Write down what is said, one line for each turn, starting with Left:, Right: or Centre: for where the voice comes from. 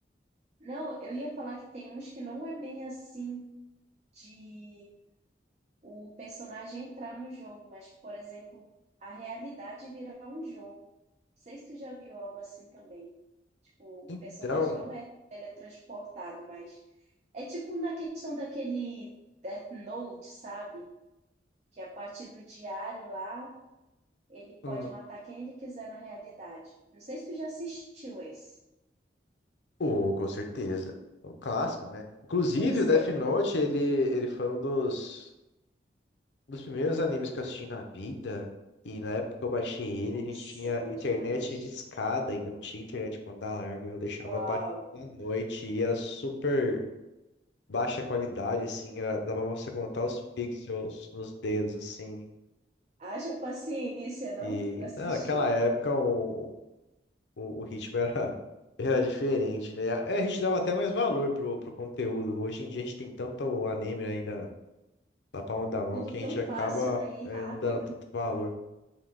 Right: Não, eu ia falar que tem uns que não é bem assim de o personagem entrar no jogo, mas, por exemplo, a realidade virar um jogo. Não sei se tu já viu algo assim também. Tipo, o
Left: Então,
Right: personagem não é teletransportado, mas é tipo na questão daquele Death Note, sabe? Que é a partir do diário lá. Ele pode
Left: hum,
Right: matar quem ele quiser na realidade. Não sei se tu já assistiu esse.
Left: oh, com certeza, é um clássico, né? Inclusive,
Right: Pois
Left: o Death
Right: é.
Left: Note, ele, ele foi um dos Um dos primeiros animes que eu assisti na vida, e na época que eu baixei
Right: Nossa,
Left: ele, a gente tinha
Right: é bom
Left: internet
Right: demais.
Left: de escada, ainda não tinha internet com banda larga, eu deixava
Right: Uau!
Left: baixo da noite e era super baixa qualidade, assim, era- dava pra você contar os pixels nos dedos, assim.
Right: Haja paciência, não?
Left: E
Right: Pra assistir.
Left: não, naquela época o, o, o ritmo era, <laughs> era diferente, né? É, A gente dava até mais valor pro, pro conteúdo. Hoje em dia a gente tem tanto anime aí na, na palma da mão
Right: Tudo
Left: que
Right: tão
Left: a gente
Right: fácil,
Left: acaba
Right: né? E
Left: é,
Right: rápido.
Left: não dando tanto valor.